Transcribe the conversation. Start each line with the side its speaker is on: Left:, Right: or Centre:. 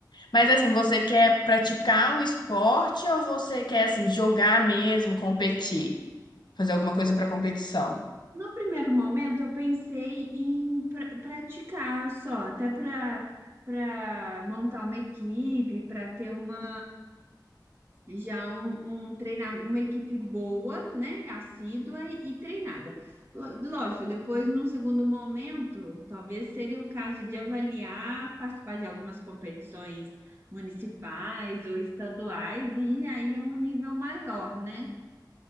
Left: Mas assim, você quer praticar o esporte ou você quer assim jogar mesmo, competir? Fazer alguma coisa para competição?
Right: No primeiro momento, eu pensei em pra- praticar só, até para para montar uma equipe, para ter uma. Já um, um treinamento, uma equipe boa, né? Assídua e, e treinada. Lo- Lógico, depois, num segundo momento, talvez seria o caso de avaliar, participar de algumas competições municipais ou estaduais, e aí é um nível maior, né?